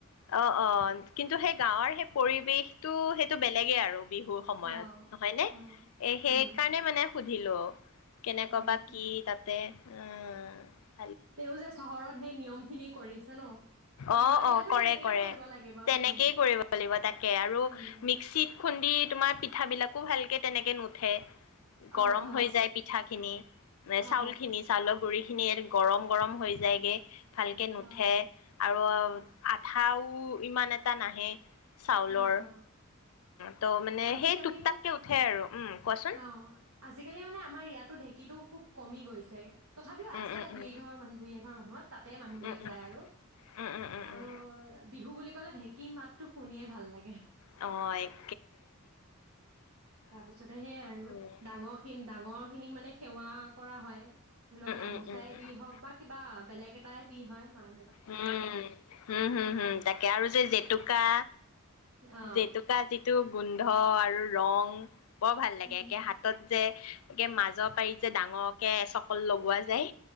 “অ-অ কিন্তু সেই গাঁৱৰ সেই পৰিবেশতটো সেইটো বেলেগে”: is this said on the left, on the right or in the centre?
Left